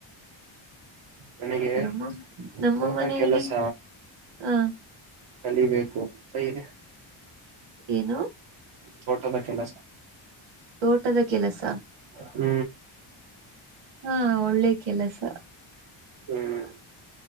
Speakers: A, on the right (about 75°); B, on the right (about 60°).
A: ನನಗೆ
B: ನಮ್ಮ ನಮ್ಮ
A: ತೋಟ
B: ಮನೆಯಲ್ಲಿ
A: ಕೆಲಸ
B: ಹ
A: ಕಲಿಬೇಕು ಸೈ ಇದೆ
B: ಏನು
A: ತೋಟದ ಕೆಲ್ಲಸ
B: ಪಊಟದ ಕೆಲಸ
A: ಹ್ಮ್
B: ಹಾ ಒಳ್ಳೆ ಕೆಲಸ
A: ಹ್ಮ್